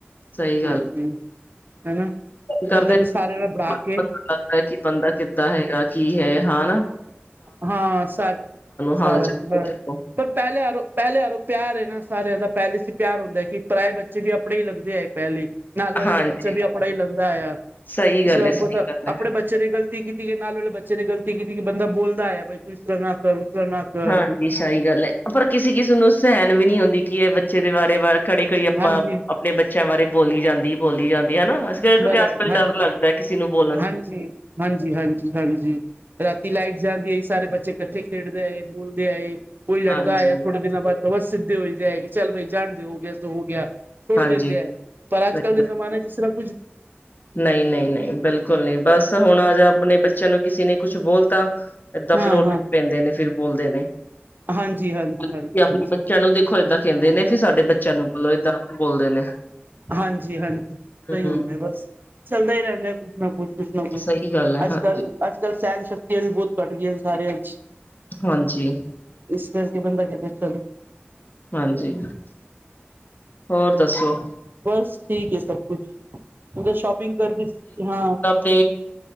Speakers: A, on the left (about 45°); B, on the right (about 50°).
A: ਸਹੀ ਗੱਲ
B: ਹਾਂਜੀ ਹਨਾ
A: ਕਰਦੇ
B: ਬੰਦਾ ਕਿ ਸਾਰਿਆਂ ਨਾਲ ਬਣਾ ਕੇ
A: ਪਤਾ ਲੱਗਦਾ ਕਿ ਬੰਦਾ ਕਿੱਦਾਂ ਹੈਗਾ ਕੀ ਹੈ ਹਾਂ ਨਾ।
B: ਹਾਂ ਸਾਰਾ
A: ਹਾਲ ਚਾਲ
B: ਬਰ
A: ਪੁੱਛ ਲਓ
B: ਪਰ ਪਹਿਲੇ ਆਰੋ ਪਹਿਲੇ ਆਰੋ ਪਿਆਰ ਇਹ ਨਾ ਸਾਰਿਆਂ ਦਾ ਪਹਿਲੇ ਸੀ ਪਿਆਰ ਹੁੰਦਾ ਕਿ ਪੁਰਾਏ ਬੱਚੇ ਵੀ ਆਪਣੇ ਹੀ ਲੱਗਦੇ ਆਏ ਪਹਿਲੇ। ਨਾਲ ਵਾਲੇ
A: ਹਾਂਜੀ
B: ਤਾਂ ਬੱਚਾ ਵੀ ਆਪਣਾ ਹੀ ਲੱਗਦਾ ਆ।
A: ਸਹੀ
B: ਇਸਤਾ
A: ਗੱਲ ਹੈ ਸਹੀ ਗੱਲ
B: ਆਪਣੇੇ
A: ਹੈ
B: ਬੱਚੇ ਨੇ ਗ਼ਲਤੀ ਕੀਤੀ ਕਿ ਨਾਲ ਵਾਲੇ ਬੱਚੇ ਨੇ ਗਲਤੀ ਕੀਤੀ ਕਿ ਬੰਦਾ ਬੋਲਦਾ ਹੈ ਬਈ ਤੂੰ ਇਸ ਤਰ੍ਹਾਂ ਨਾ ਕਰ। ਤਰ੍ਹਾਂ ਨਾ ਕਰ
A: ਹਾਂਜੀ ਸਹੀ ਗੱਲ ਹੈ ਪਰ ਕਿਸੇ ਕਿਸਮ ਨੂੰ ਸਹਿਣ ਵੀ ਨਹੀਂ ਹੁੰਦੀ ਕਿ ਇਹ ਬੱਚੇ ਦੇ ਬਾਰੇ ਬਾਰ। ਘੜੀ ਘੜੀ ਆਪਾਂ
B: ਹਾਂਜੀ
A: ਆਪਣੇ ਬੱਚਿਆਂ ਬਾਰੇ ਬੋਲੀ ਜਾਂਦੀ ਬੋਲੀ ਜਾਂਦੀ ਹਨਾ। ਕਿਉਂਕਿ
B: ਬਾਰਾਂ
A: ਅੱਜ ਕੱਲ
B: ਹਾਂਜੀ
A: ਡਰ ਲੱਗਦਾ ਕਿਸੇ ਨੂੰ ਬੋਲਣ
B: ਹਾਂਜੀ ਹਾਂਜੀ ਹਾਂਜੀ ਹਾਂਜੀ ਰਾਤੀ ਲਾਈਟ ਜਾਂਦੀ ਆਈ ਸਾਰੇ ਬੱਚੇ ਇਕੱਠੇ ਖੇਡਦੇ ਆਏ ਬੋਲਦੇ ਆਏ ਕੋਈ ਲੜਦਾ
A: ਹਾਂਜੀ
B: ਆ ਥੋੜੇ ਦਿਨਾਂ ਬਾਅਦ ਬਸ ਸਿੱਧੇ ਹੋਈ ਕਿ ਚੱਲ ਬਾਈ ਜਾਣਦੇ ਹੋ ਗਿਆ ਸੋ ਹੋ ਗਿਆ। ਥੁੜ
A: ਹਾਂਜੀ
B: ਦਿੰਦੇ ਹੈ ਪਰ ਅੱਜ
A: ਸਹੀ
B: ਕੱਲ ਦੇ
A: ਗੱਲ।
B: ਜ਼ਮਾਨੇ ਚ ਸਿਰਫ
A: ਨਹੀਂ ਨਹੀਂ ਨਹੀਂ ਬਿਲਕੁਲ ਨਹੀਂ ਬਸ ਹੁਣ ਆ ਜਾ ਆਪਣੇ ਬੱਚਿਆਂ ਨੂੰ ਕਿਸੇ ਨੇ। ਕੁਛ ਬੋਲ ਤਾਂ ਏਦਾਂ
B: ਹਾਂ,
A: ਫਿਰ ਉਹ
B: ਹਾਂ,
A: ਲੱਗ ਪੈਂਦੇ ਨੇ ਫਿਰ ਬੋਲਦੇ ਨੇ।
B: ਹਾਂਜੀ, ਹਾਂਜੀ,
A: ਤੁਸੀ
B: ਹਾਂਜੀ,
A: ਆਪਣੇ
B: ਹਾਂਜੀ।
A: ਬੱਚਿਆਂ ਨੂੰ ਦੇਖੋ ਏਦਾਂ ਕਹਿੰਦੇ ਨੇ ਫਿਰ ਸਾਡੇ ਬੱਚਿਆਂ ਨੂੰ ਬੋਲੋ ਏਦਾਂ ਬੋਲਦੇ ਨੇ।
B: ਹਾਂਜੀ ਹਾਂਜੀ ਸਹੀ
A: ਹੂੰ,
B: ਹੁੰਦਾ ਬਸ ਚੱਲਦਾ ਹੀ ਰਹਿੰਦਾ ਕੁਛ ਨਾ ਕੁਛ। ਕੁਛ ਨਾ ਕੁਛ
A: ਸਹੀ ਗੱਲ ਹੈ
B: ਅੱਜ
A: ਹਾਂਜੀ,
B: ਕੱਲ੍ਹ ਅੱਜ ਕੱਲ੍ਹ ਸਹਿਨ ਸ਼ਕਤੀਆਂ ਵੀ ਬਹੁਤ ਘੱਟ ਗਈਆਂ ਨੇ ਸਾਰਿਆਂ ਚ।
A: ਹਾਂਜੀ।
B: ਇਸ ਕਰਕੇ ਬੰਦਾ ਕਹਿੰਦਾ ਚੱਲ
A: ਹਾਂਜੀ, ਹੋਰ ਦੱਸੋ।
B: ਬਸ ਠੀਕ ਹੈ ਸਭ ਕੁਛ ਮਤਲਬ ਸ਼ੋਪਿੰਗ ਕਰਦੀ ਹਾਂ।
A: ਤੇ